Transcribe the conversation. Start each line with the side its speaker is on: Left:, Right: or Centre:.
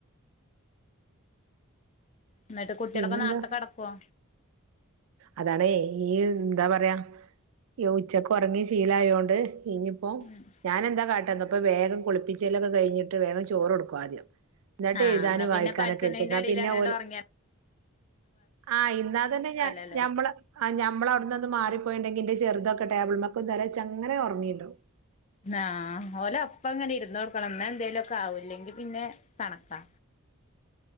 Left: എന്നിട്ട് കുട്ടികളൊക്കെ
Right: പിന്നെന്താ
Left: നേരത്തെ കെടക്കുവോ
Right: അതാണേ ഈ എന്താ പറയാ ഉച്ചക്ക് ഒറങ്ങി ശീലം അയോണ്ട് ഇനിയിപ്പോ
Left: ഉംഹ്
Right: ഞാനെന്താ കാട്ടന്നപ്പ വേഗം കുളിപ്പിച്ചലൊക്കെ കഴിഞ്ഞിട്ട് വേഗം ചോറ് കൊടുക്കുംആദ്യം എന്നിട്ട്
Left: ആഹ്
Right: എഴുതാനും
Left: എന്നാ പിന്നെ
Right: വായിക്കാനൊക്കെ
Left: പഠിച്ചണീന്റെ
Right: എഴക്കുന്ന
Left: എടേല്
Right: പിന്നെ
Left: അങ്ങട്
Right: ഓല്
Left: ഒറങ്ങിയാലും
Right: ആഹ് ഇന്നാ തന്നെ
Left: കൊഴപ്പല്ലല്ലോ
Right: ഞാ ഞാൻ നമ്മള് ഞമ്മള് അവിടുന്ന് ഒന്ന് മാറിപ്പോയി ഉണ്ടെങ്കി എന്റെചെറുതാ ടേബിൾ മൊക്ക തല വെച്ച് അങ്ങനെ ഒറങ്ങി ഉണ്ടാവും
Left: ആഹ് ഓലെ അപ്പെ അങ്ങനെ ഇരുന്ന് കൊടുക്കണം എന്നാ എന്തേലും ഒക്കെ ആവൂയില്ലെങ്കി പിന്നെ കണക്കാ